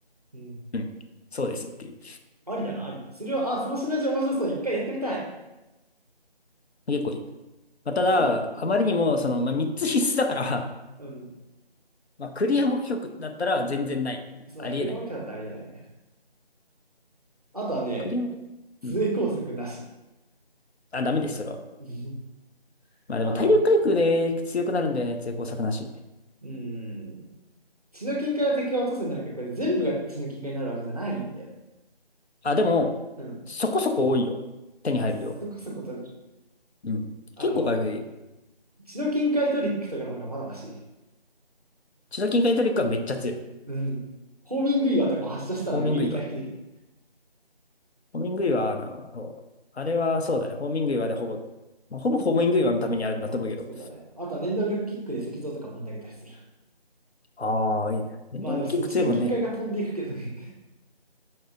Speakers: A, on the right (about 40°); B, on the left (about 80°).
A: うん。
B: うん。そうですっていう。
A: ありだな、あり。それは、あ、そのシナジー面白そう。一回やってみたい。
B: 結構いい。まあ、ただ、
A: あ、する。うん。
B: あまりにも、その、まあ、3つ必須だから、
A: うん。
B: <laughs> まあ、クリア目標だったら全然ない。
A: そうだね。
B: ありえない。
A: クレマキャだってありえないね。あとはね、
B: クリア目標。
A: 通営工作なし。
B: うん。あ、ダメです、それは。
A: <laughs>
B: まあでも、
A: あの、
B: 体力回復で強くなるんだよね、成功作なし。
A: うーん。血の金塊は敵が落とすになるけど、これ全部が血の金塊になるわけじゃないんだよね。
B: あ、でも、
A: う
B: そこそこ多いよ。手に入る量。
A: ん。そこそこ取れる。
B: うん。
A: あの、
B: 結構回復できる。
A: 血の金塊トリックとかの方がまだマシ。
B: チノキンカイトリックはめっちゃ強い。
A: うん。ホーミング岩とか発射したら無限に回復できる。
B: ホーミング岩。ホーミング岩な、そうあれはそうだね。ホーミング岩でほぼ、まあ、ほぼホーミング岩のためにあるんだと思うけど。
A: そうだね。あとは念動力キックで石像とかぶん投げたりする。
B: ああ、いいね。電動キック強いもんね。
A: まあでもそれ血の金塊が飛んでいくけどね。